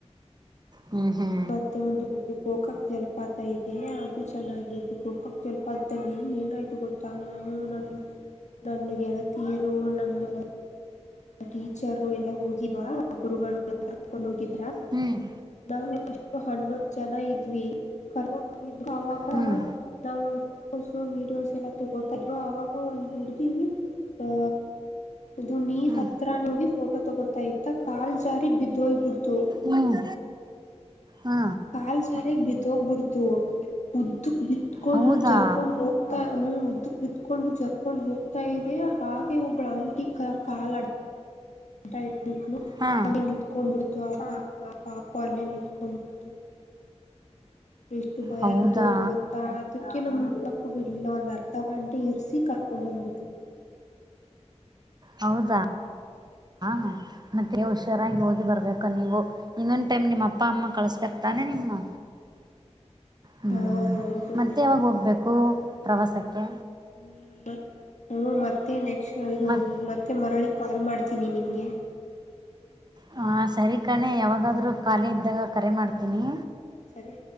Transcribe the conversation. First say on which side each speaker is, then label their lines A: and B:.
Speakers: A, on the right; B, on the left.
A: ಹ್ಮ್ ಹ್ಮ್
B: ಮತ್ತೆ ಒಂದು ಗೊ ಗೋಕಾಕ್ ಜಲ್ಪಾತ ಐತೆ ಅದು ಚೆನ್ನಾಗಿದೆ ಗೋಕಾಕ್ ಜಲ್ಪಾತ್ದಲ್ಲಿ ಏನಾಯ್ತು ಗೊತ್ ತ್ತಾ ನಾನು ನನ್ ನನ್ನ ಗೆಳತಿಯರು ನಮ್ಮ ಟೀಚರು ಎಲ್ಲಾ ಹೋಗಿವ, ಗುರುಗಳು ಕರ್ಕೊಂಡ್ ಹೋಗಿದ್ರ
A: ಹ್ಮ್.
B: ನಾವು ಎಷ್ಟು ಹನ್ನೊಂದ್ ಜನ ಇದ್ವಿ ಕರ್ಕೊಂಡ್ ಹೋಗಿದ್ರು ಅವಾಗ
A: ಹ್ಮ್
B: ನಾವು ಫೋಟೋಸು, ವೀಡಿಯೋಸ್ ಎಲ್ಲ ತಗೋತಿದ್ವ ಅವಾಗ ಒಂದ್ ಹುಡ್ಗಿ. ಹಾ ಇದು ನೀರ್
A: ಹ್ಮ್
B: ಅತ್ರನೆ ಹೋಗಿ ಫೋಟೋ ತಗೋತಾ ಇತ್ತ ಕಾಲ್ ಜಾರಿ ಬಿದ್ದೋಯ್ಬಿಡ್ತು.
A: ಹ್ಮ್, ಹಾ
B: ಕಾಲ್ ಜಾರಿ ಬಿದೋಗ್ಬಿಡ್ತು ಉದ್ದುಕ್ ಬಿತ್ಕೊಂಡು
A: ಹೌದಾ
B: ಜರ್ಕೊಂಡ್ ಹೋಗ್ ಹ ಹ್ಮ್ ಉದ್ದುಕ್ ಬಿತ್ಕೊಂಡು ಜರ್ಕೊಂಡು ಹೋಗ್ತಾ ಇದೆ ಹಾಗೆ ಒಬ್ಳ್ ಆಂಟಿ ಕ ಕಾಲ್ ಅಡ್ಡ ಅಡ್ಡ ಇಟ್ಬಿಟ್ಲು,
A: ಹಾ
B: ಅಂಗೆ ನಿತ್ಕೊಂಡ್ಬಿಡ್ತು ಆ ಪಾಪ ಆ ಪಾಪು ಅಲ್ಲೇ ನಿತ್ಕೊಂಡ್ಬಿಡ್ತು. ಎಷ್ಟು ಭಯ
A: ಹೌದಾ
B: ಬಿದ್ದೋಗಿತ್ತು ಗೊತ್ತಾ. ಅದಿಕ್ಕೆ ನಮ್ಗ್ ಇರಕ್ಕೂ ಬಿಡ್ಲಿಲ್ಲ ಒಂದ್ ಅರ್ಧ ಗಂಟೆ ಇರ್ಸಿ ಕರ್ಕೊಂಡ್ ಬಂದ್ಬಿಟ್ರು
A: ಹೌದಾ ಹ ಮತ್ತೆ ಹುಷಾರಾಗ್ ಹೋಗಿ ಬರ್ಬೇಕ್. <unintelligible> ಇನ್ನೊಂದ್ ಟೈಮ್ ನಿಮ್ ಅಪ್ಪ ಅಮ್ಮ ಕಳಿಸ್ಬೇಕ್ ತನೆ ನಿಮ್ನ ಹ್ಮ್
B: ಹಾ ಹೌದು
A: ಮತ್ತೆ ಯಾವಾಗ್ ಹೋಗ್ಬೇಕು ಪ್ರವಾಸಕ್ಕೆ.
B: ಹ್ಮ್ ಹ್ಮು ಮತ್ತೆ ನೆಕ್ಸ್ಟ್ ಇದು
A: ಮತ್
B: ಮತ್ತೆ ಮರಳಿ ಕಾಲ್ ಮಾಡ್ತೀನಿ ನಿನ್ಗೆ
A: ಹಾ ಸರಿ ಕಣೆ ಯಾವಾಗಾದರೂ ಖಾಲಿ ಇದ್ದಾಗ ಕರೆ ಮಾಡ್ತೀನಿ.
B: ಹ್ಮ ಸರಿ.